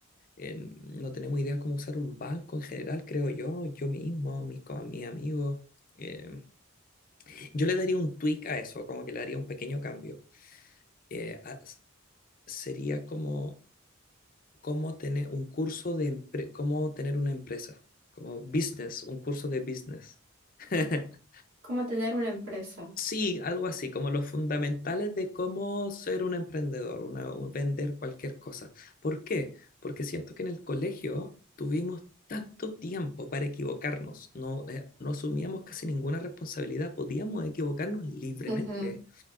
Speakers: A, on the left (about 40°); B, on the right (about 70°).
A: en- no tenemos idea cómo usar un banco en general, creo yo, yo mismo, mis, co- mis amigos. em, yo le daría un tweak a eso, como que le daría un pequeño cambio. Eh, a- s- sería como cómo tener un curso de empre- cómo tener una empresa, como business, un curso de business. <laughs>
B: Como tener una empresa.
A: Sí, algo así, como los fundamentales de cómo ser un emprendedor, una, un- vender cualquier cosa. ¿Por qué? Porque siento que en el colegio tuvimos tanto tiempo para equivocarnos, no, eh, no asumíamos casi ninguna responsabilidad, podíamos equivocarnos libremente.
B: Ujú,